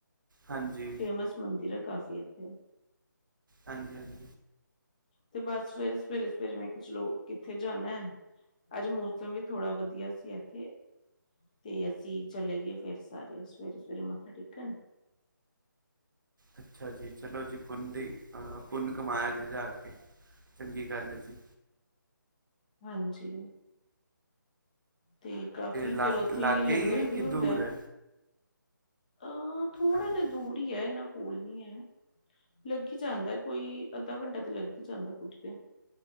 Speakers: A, on the right; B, on the left.
A: ਹਾਂਜੀ
B: ਫੇਮਸ ਮੰਦਿਰ ਐ ਕਾਫੀ ਏਥੇ
A: ਹਾਂਜੀ-ਹਾਂਜੀ
B: ਤੇ ਬਸ ਫੇਰ ਸਵੇਰੇ- ਸਵੇਰੇ -ਸਵੇਰੇ ਮੈਂ ਕਿਹਾ ਚਲੋ ਕਿੱਥੇ ਜਾਣਾ। ਅੱਜ ਮੌਸਮ ਵੀ ਥੋੜਾ ਵਧੀਆ ਸੀ ਅੱਗੇ ਤੇ ਅਸੀ ਚਲੇਗੇ ਫੇਰ ਸਾਰੇ ਸਵੇਰੇ-ਸਵੇਰੇ ਮੱਥਾ ਟੇਕਨ
A: ਅੱਛਾ ਜੀ ਚਲੋ ਜੀ ਪੁੁੰਨ ਦੀ ਅ ਪੁੰਨ ਕਮਾਇਆ ਜੇ ਜਾਕੇ ਚੰਗੀ ਗੱਲ ਏ ਜੀ।
B: ਹਾਂਜੀ। ਤੇ ਕਾਫੀ, ਫੇਰ
A: ਲਾਗ
B: ਓਥੇ
A: ਲਾਗੇ
B: ਈ ਲੰਗਰ
A: ਹੀ ਹੈ
B: ਵੀ
A: ਕਿ
B: ਹੁੰਦਾ?
A: ਦੂਰ ਹੈ
B: ਅ ਥੋੜਾ
A: ਹਾਂਜੀ,
B: ਜਿਹਾ ਦੂਰ ਈ ਹੈ ਇਨਾ ਕੋਲ ਨੀ ਹੈ। ਲੱਗ ਈ ਜਾਂਦਾ ਕੋਈ, ਅੱਧਾ ਘੰਟਾ ਤੇ ਲਗ ਈ ਜਾਂਦਾ ਪਹੁੰਚਦਿਆਂ।